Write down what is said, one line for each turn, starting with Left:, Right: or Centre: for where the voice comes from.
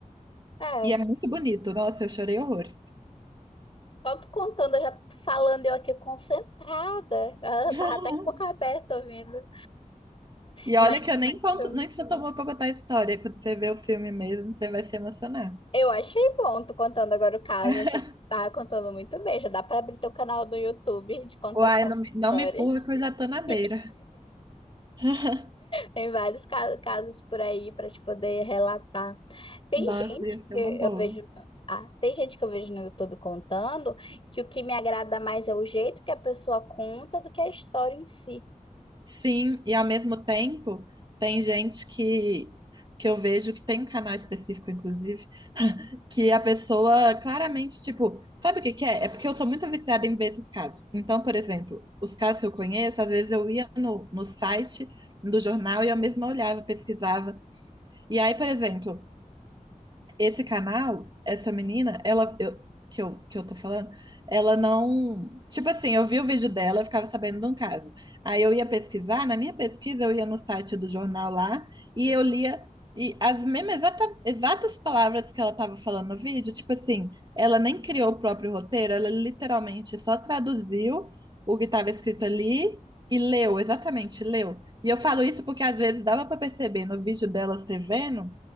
Left: É.
Right: E é muito bonito. Nossa, eu chorei horrores.
Left: Só tu contando, eu já tô falando, eu aqui concentrada. Eu
Right: <laughs>
Left: tava até com a boca aberta ouvindo.
Right: E
Left: Imagine
Right: olha que eu nem conto,
Left: filme,
Right: nem
Left: sim.
Right: sou tomou pra contar a história. Quando você vê o filme mesmo, você vai se emocionar.
Left: Eu achei bom tu contando agora o caso.
Right: <laughs>
Left: Achei que tu tava contando muito bem. Já dá pra abrir teu canal do YouTube de contação
Right: Uai, não, me-
Left: de histórias.
Right: não me empurra que eu já tô na
Left: <laughs>
Right: beira. <laughs>
Left: Tem vários ca- casos por aí para te poder relatar. Tem
Right: Nossa,
Left: gente
Right: ia ser
Left: que
Right: uma
Left: eu
Right: boa.
Left: vejo, ah, tem gente que eu vejo no YouTube contando que o que me agrada mais é o jeito que a pessoa conta do que a história em si.
Right: Sim, e ao mesmo tempo, tem gente que, que eu vejo que tem um canal específico, inclusive, que a pessoa claramente, tipo, sabe o que que é? É porque eu sou muito viciada em ver esses casos. Então, por exemplo, os casos que eu conheço, às vezes eu ia no, no site do jornal e eu mesma olhava, pesquisava. E aí, por exemplo, esse canal, essa menina, ela eu- que eu, que eu tô falando, ela não. Tipo assim, eu vi o vídeo dela, eu ficava sabendo de um caso. Aí eu ia pesquisar, na minha pesquisa, eu ia no site do jornal lá e eu lia e as mesmas exata- exatas palavras que ela tava falando no vídeo, tipo assim, ela nem criou o próprio roteiro, ela literalmente só traduziu o que estava escrito ali e leu, exatamente, leu. E eu falo isso porque às vezes dava para perceber no vídeo dela, você vendo